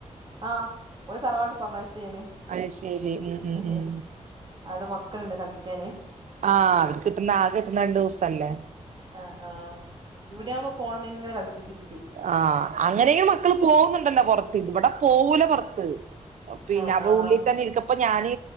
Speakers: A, on the right; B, on the right.
A: ആഹ് ഓളെതറവാട്ട് പറഞ്ഞയച്ച് ഞാന്
B: അത് ശെരി ഉം ഉം
A: ഹോ
B: ഉം
A: അവിടെ മക്കളുണ്ട് കളിക്കാന്
B: ആഹ് അവര് കിട്ടുന്ന ആകെ കിട്ടുന്ന രണ്ടു ദിവസംല്ലേ
A: ആഹ് ആഹ് ഇവിടെയാവുമ്പോ ഫോണിന് ഇങ്ങനെ കളിച്ച് കുത്തി ഇരിക്കും
B: ആഹ് അങ്ങനെങ്കിലും മക്കള് പോകുന്നുണ്ടല്ലോ പൊറത്ത് ഇവിടെ പോകൂല പൊറത്ത് പിന്നെ
A: ആഹ്
B: അവടെ
A: ആഹ്
B: ഉള്ളിൽ തന്നെ ഇരിക്കപ്പ ഞാന്